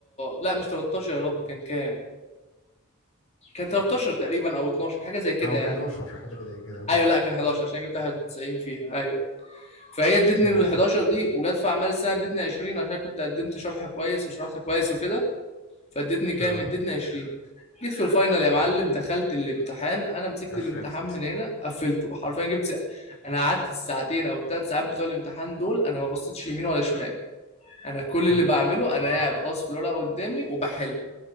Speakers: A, on the left; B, on the left.
A: لا مش 13 يا رب كان كام كان 13 تقريبا او 12 حاجة زي كده
B: او
A: يعني
B: 11 حاجه زي كده
A: ايوه لا كان 11 عشان جبت 91 فيها ايوه فهي ادتني
B: امم
A: ال 11 دي وجت في اعمال السنه ادتني 20 عشان كنت قدمت شرح كويس وشرحت كويس وكده فادتني كام
B: اه
A: ادتني 20 جيت في الفاينل يا معلم دخلت الامتحان انا مسكت
B: قفلت
A: الامتحان من هنا قفلته حرفيا جبت س- انا قعدت الساعتين او الثلاث ساعات بتوع الامتحان دول انا ما بصيتش يمين ولا شمال انا كل اللي
B: امم
A: بعمله انا قاعد باص في الورقه قدامي وبحل